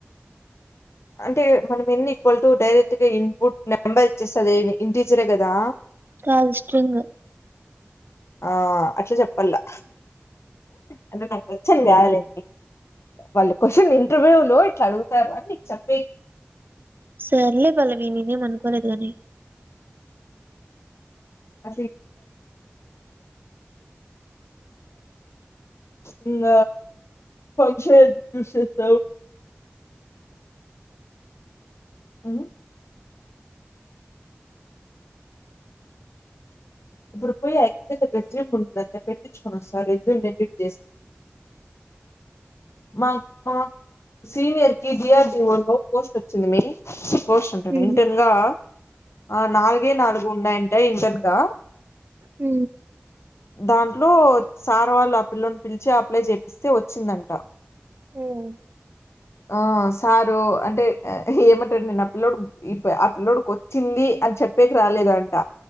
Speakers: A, on the left (about 80°); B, on the right (about 50°).
A: అంటే మనం ఎన్న్ ఈక్వల్టు డైరెక్ట్ గా ఇన్పుట్ నెంబర్ ఇచ్చేస్తె అది ఇంటిజరే కదా
B: కాద్ స్ట్రింగ్
A: ఆ అట్ల చెప్పల్లా అంటే నాకొచ్చని కాదులే వాళ్ళు కోశన్ని ఇంటర్వ్యూలో ఇట్ల అడ్గుతారు అని నీకు చెప్పే
B: సర్లే పల్లవి నెనేం అన్కోలేద్ గని
A: <inaudible> ఇంగ ఫంక్షన్ యూస్ చేస్తావ్ ఉ ఇప్పుడు పోయి ఆ యక్క రెస్యూమ్ ఉంటుంది నెన్ పెట్టిచుకొనొస్త రెస్యూమ్ ని ఎడిట్ చేస్ మ మా సీనియర్కి డి ఆర్ డి ఓ లో పోస్ట్ ఒచ్చింది మే పోస్ట్ అంటున్న
B: ఉమ్
A: ఇంటెన్ గా అ నాలుగే నాలుగున్నాయంట ఇంటెన్ గా
B: ఊ
A: దాంట్లో సార్ వాళ్ళు ఆ పిల్లోన్ పిల్చి అప్లై చేపిస్తే ఒచ్చిందంట
B: ఉమ్,
A: ఆ సారు అంటె ఏమంటర్ నేన్ ఆ పిల్లోడు ఇప్ పిల్లోడికి ఒచ్చింది అని చెప్పేక్ రాలేదాడ్ ట